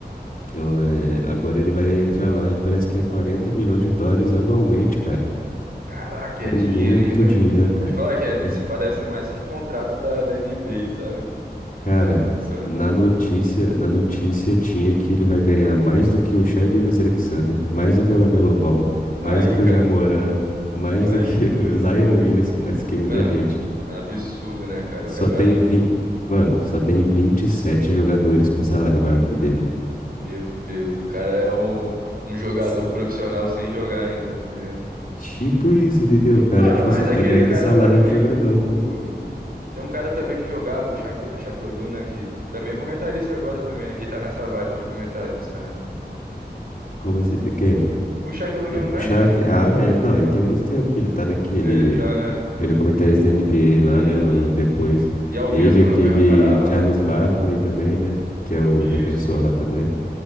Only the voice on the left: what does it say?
eu, é, agora ele vai entrar lá e parece que é 40 milhões de dólares anualmente, cara.
É
muito
dinheiro, cara.
É
Cara,
na notícia, na notícia tinha que ele vai ganhar mais do que o Shai Gilgeous-Alexander, mais do que o Lamelo Ball,
mais do que
o Jamoran, mais
do que <laughs> o Zion Williamson, mais do que muita
gente.
Só
tem vi... Mano, só tem 27 jogadores com salário maior que o dele.
S-
Tipo isso, entendeu? O Cara,
tipo
assim,
tá ganhando
salário
de jogador.
Como assim? De Quem?
O o
Shaq?
Ah, é, não, ele tem muito tempo que ele tá naquele
Ele é comentarista da NBA lá,
né? do depois.
Ele,
aquele
Charles
Barkley
também, né? Que é o
defensor lá também.